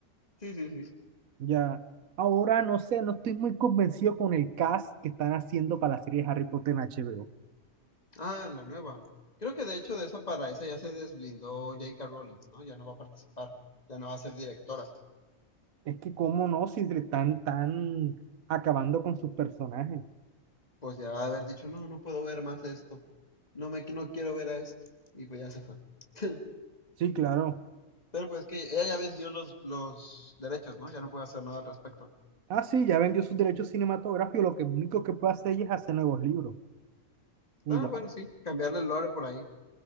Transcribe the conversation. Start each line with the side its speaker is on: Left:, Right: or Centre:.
Left: Sí, sí, sí.
Right: Ya, ahora no sé, no estoy muy convencido con el cast que están haciendo para la serie de Harry Potter en HBO.
Left: Ah, la nueva. Creo que de hecho de esa para esa ya se desblindó J K Rowling, ¿no? Ya no va a participar, ya no va a ser directora.
Right: Es que cómo no, si le están tan acabando con sus personajes.
Left: Pues ya va a haber dicho, no, no puedo ver más esto, no me, no quiero ver a esto. Y pues ya se fue. <laughs>
Right: Sí, claro.
Left: Pero pues que ella ya vendió los, los derechos, ¿no? Ya no puede hacer nada al respecto.
Right: Ah, sí, ya vendió sus derechos cinematográficos, lo que único que puede hacer ella es hacer nuevos libros. Y
Left: Ah,
Right: ya.
Left: bueno, sí, cambiarle el lore por ahí.